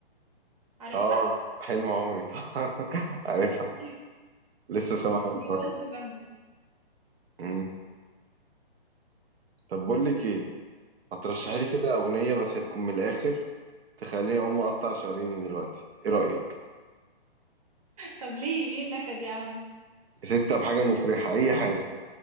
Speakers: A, on the right; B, on the right.
A: عارفها
B: اه حلم عمري طبعا <laughs> عارفها
A: <laughs>
B: لسه سامعها من
A: دي
B: قريب
A: برضه جامده
B: أمم. طب بقول لك ايه ما ترشحي
A: مم.
B: لي كده اغنيه بس تكون من الاخر تخليني اقوم اقطع شراييني دلوقتي ايه رايك
A: طب ليه ليه النكد يا عم
B: يا ستة بحاجه مفرحه اي حاجه